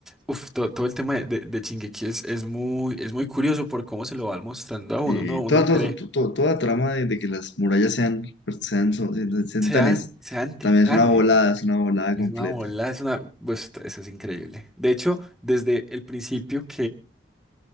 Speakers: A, in the centre; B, on the left.
A: Uf, to- todo el tema de, de, de Shingeki es, es muy, es muy curioso por cómo se lo van mostrando a uno.
B: Y
A: Uno, uno
B: toda, toda,
A: cree,
B: to- to- toda, la trama de, de que las murallas sean, pues, sean, so- sean, sean
A: sean,
B: titanes,
A: sean titanes.
B: también es una volada, es una volada
A: Es
B: completa.
A: una bola, es una. Pues, eso es increíble. De hecho, desde el principio